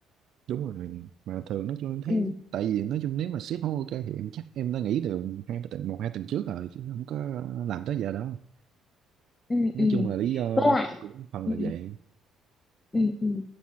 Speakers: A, on the right; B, on the left.
A: đúng rồi mà thường nói chung em thấy
B: ừ.
A: tại vì nói chung nếu mà sếp không ok thì em chắc em đã nghỉ từ hai ba tuần một hai tuần trước rồi chứ không có làm tới giờ đâu
B: ừ
A: nói
B: ừ
A: chung là lý do
B: với lại
A: cũng phần
B: ừ
A: là vậy
B: ừ ừ